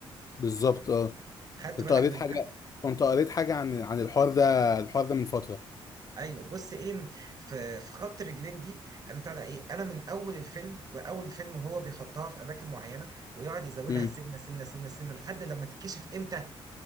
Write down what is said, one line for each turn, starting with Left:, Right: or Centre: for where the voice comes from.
Left: بالظبط اه
Right: خدت
Left: كنت
Right: بالك
Left: قريت
Right: من
Left: حاجة كنت قريت حاجة عن عن الحوار ده الحوار ده من فترة
Right: ايوه بص ايه في في خط رجلين دي انا بتاع ده ايه انا من اول الفيلم واول الفيلم هو بيحطها في اماكن معينه ويقعد يزودها
Left: امم
Right: سنه سنه سنه سنه لحد لما تتكشف امتى